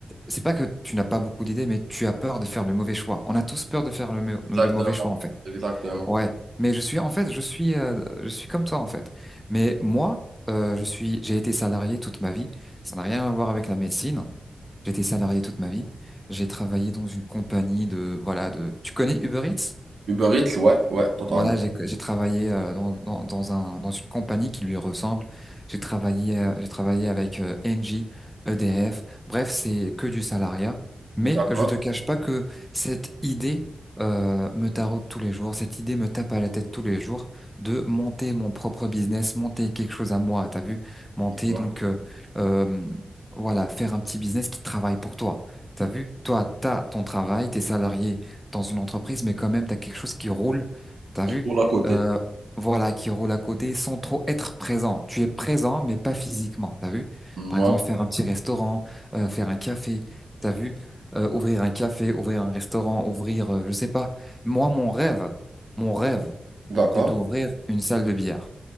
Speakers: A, in the centre; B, on the right.
A: C'est pas que tu n'as pas beaucoup d'idées, mais tu as peur de faire le mauvais choix. On a tous peur de faire le, mau-
B: Exactement.
A: le mauvais choix, en fait.
B: Exactement.
A: Ouais. Mais je suis, en fait, je suis, euh, je suis comme toi, en fait. Mais moi, euh, je suis, j'ai été salarié toute ma vie. Ça n'a rien à voir avec la médecine. J'étais salarié toute ma vie. J'ai travaillé dans une compagnie de, voilà, de, tu connais Uber Eats?
B: Uber Eats, ouais, ouais, totalement.
A: Voilà, j'ai j'ai travaillé euh, dans, dans, dans un dans une compagnie qui lui ressemble. J'ai travaillé euh, j'ai travaillé avec euh, Engie, EDF. Bref, c'est que du salariat. Mais
B: D'accord.
A: je te cache pas que cette idée euh, me taraude tous les jours. Cette idée me tape à la tête tous les jours de monter mon propre business, monter quelque chose à moi. T'as vu? Monter
B: Ouais.
A: donc euh, euh, voilà, faire un petit business qui travaille pour toi. T'as vu? Toi, t'as ton travail, t'es salarié dans une entreprise, mais quand même, t'as quelque chose qui roule T'as
B: Qui
A: vu?
B: pour l'à côté.
A: Euh, voilà, qui roule à côté sans trop être présent. Tu es présent, mais pas physiquement. T'as vu?
B: Ouais,
A: Par exemple, faire un petit restaurant, euh, faire un café. T'as vu? Euh, ouvrir un café, ouvrir un restaurant, ouvrir, euh, je sais pas. Moi, mon rêve, mon rêve,
B: d'accord.
A: c'est d'ouvrir une salle de billard.